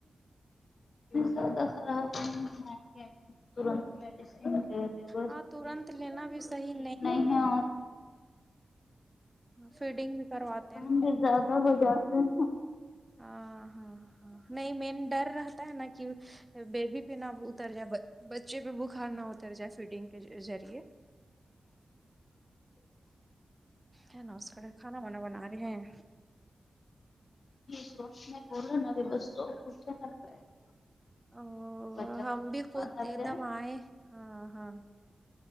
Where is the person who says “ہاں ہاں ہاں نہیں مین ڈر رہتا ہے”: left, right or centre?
Right